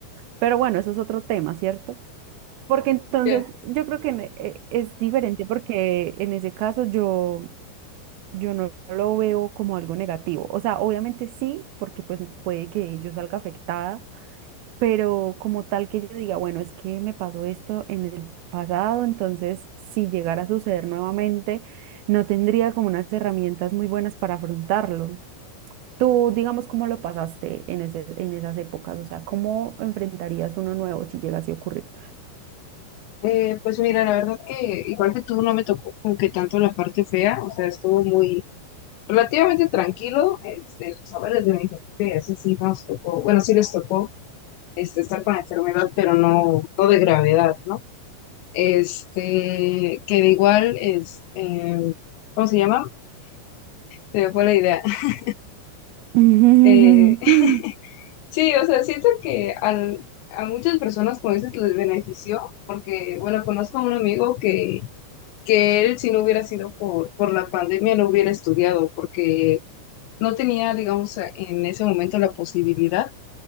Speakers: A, on the right; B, on the left.
A: Pero bueno, eso es otro tema, ¿cierto? Porque entonces
B: Ya,
A: yo creo que en- eh, es diferente porque en ese caso yo yo no lo veo como algo negativo. O sea, obviamente sí, porque pues puede que yo salga afectada, pero como tal que yo diga, bueno, es que me pasó esto en el pasado, entonces si llegara a suceder nuevamente, no tendría como unas herramientas muy buenas para afrontarlo. Tú, digamos, ¿cómo lo pasaste en ese, en esas épocas? O sea, ¿cómo enfrentarías uno nuevo si llegase a ocurrir?
B: eh, pues mira, la verdad que igual que tú no me tocó como que tanto la parte fea, o sea, estuvo muy relativamente tranquilo, este, los saberes de mis familia, eso sí nos tocó, bueno, sí les tocó este, estar con la enfermedad, pero no, no de gravedad, ¿no? Este, que de igual es, eh, ¿cómo se llama? Se me fue la idea. <laughs>
A: <laughs>
B: Eh, sí, o sea, siento que al, a muchas personas, como dices, les benefició, porque, bueno, conozco a un amigo que, que él, si no hubiera sido por, por la pandemia, no hubiera estudiado, porque no tenía, digamos, en ese momento la posibilidad